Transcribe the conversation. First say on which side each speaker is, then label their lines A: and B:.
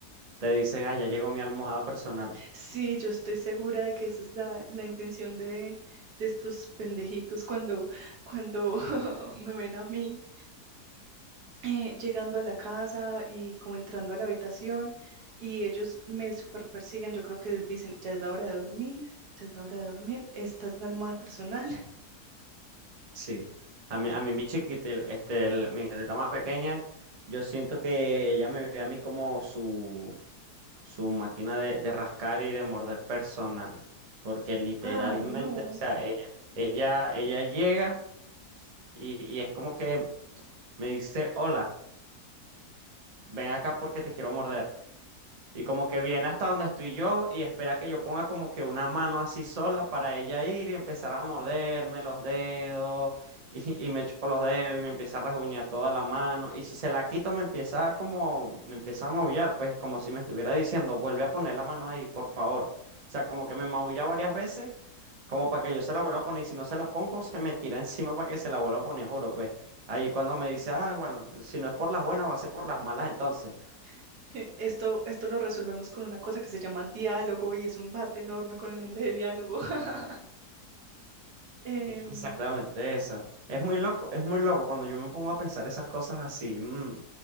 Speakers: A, on the right; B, on the right.
A: te dicen, ah, ya llegó mi almohada personal.
B: Sí, yo estoy segura de que esa es la, la intención de, de estos pendejitos cuando, cuando <laughs> me ven a mí eh, llegando a la casa y como entrando a la habitación y ellos me super persiguen. Yo creo que dicen, ya es la hora de dormir, ya es la hora de dormir, esta es la almohada personal. <laughs>
A: Sí, a mí, a mí mi chiquitel, este, el- mi gatita más pequeña, yo siento que ella me ve a mí como su, su máquina de, de rascar y de morder personal, porque literalmente,
B: Ay, no.
A: o sea, ella, ella, ella llega y, y es como que me dice, hola, ven acá porque te quiero morder. Y como que viene hasta donde estoy yo y espera que yo ponga como que una mano así sola para ella ir y empezar a morderme los dedos <laughs> y, y me chupa los dedos y me empieza a rasguñar toda la mano. Y si se la quito me empieza a como, me empieza a maullar, pues como si me estuviera diciendo, vuelve a poner la mano ahí, por favor. O sea, como que me maulla varias veces como para que yo se la vuelva a poner y si no se la pongo se me tira encima para que se la vuelva a poner, juro, pues. Ahí cuando me dice, ah, bueno, si no es por las buenas va a ser por las malas entonces.
B: <laughs> Esto, esto lo resolvemos con una cosa que se llama diálogo y es un bate enorme con el nombre de diálogo. <laughs> Em,
A: Exactamente eso. Es muy loco, es muy loco cuando yo me pongo a pensar esas cosas así, mm,